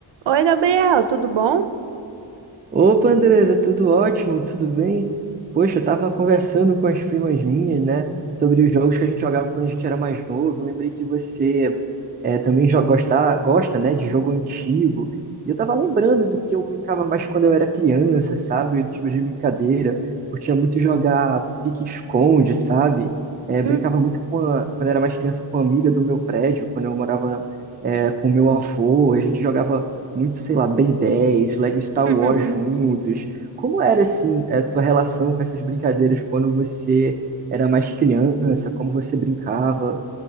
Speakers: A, on the right; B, on the right.
A: Oi, Gabriel, tudo bom?
B: Opa, Andresa, tudo ótimo, tudo bem? Poxa, eu tava conversando com as primas minhas, né, sobre os jogos que a gente jogava quando a gente era mais novo. Eu lembrei que você é, também jo- gosta, gosta, né, de jogo antigo. E eu tava lembrando do que eu brincava mais quando eu era criança, sabe? Do tipo de brincadeira. Curtia muito jogar pique-esconde, sabe? É,
A: Hum.
B: brincava muito com a, quando eu era mais criança com uma amiga do meu prédio, quando eu morava na- é, com meu avô. A gente jogava muito, sei lá, Ben dez Lego Star
A: <laughs>
B: Wars juntos. Como era, assim, a tua relação com essas brincadeiras quando você era mais criança? Como você brincava?